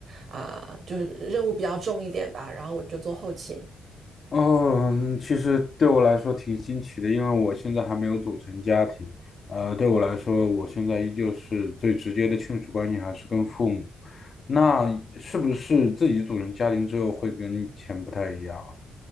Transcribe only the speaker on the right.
啊、就是任务比较重一点吧，然后我就做后勤，